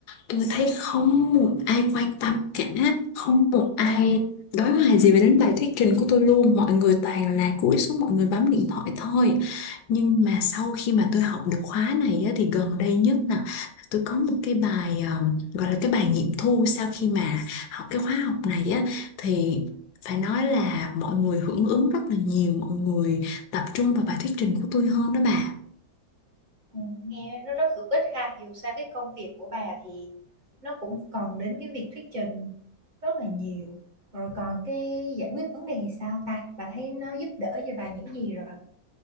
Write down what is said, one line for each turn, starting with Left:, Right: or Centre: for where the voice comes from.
Left: Tôi thấy không một ai quan tâm cả Không một ai đối hoài gì về đến bài thuyết trình của tôi luôn Mọi người toàn là cúi xuống mọi người bấm điện thoại thôi Nhưng mà sau khi mà tôi học được khóa này á, thì gần đây nhất nè Tôi có một cái bài ờ, gọi là cái bài nghiệm thu Sau khi mà học cái khóa học này á Thì phải nói là mọi người hưởng ứng rất là nhiều mọi người tập trung vào bài thuyết trình của tôi hơn đó bà
Right: Ừm, nghe nó rất hữu ích ha, dù sao cái công việc của bà thì nó cũng cần đến cái việc thuyết trình rất là nhiều. Rồi còn cái giải quyết vấn đề thì sao ta? Bà thấy nó giúp đỡ cho bà những gì rồi?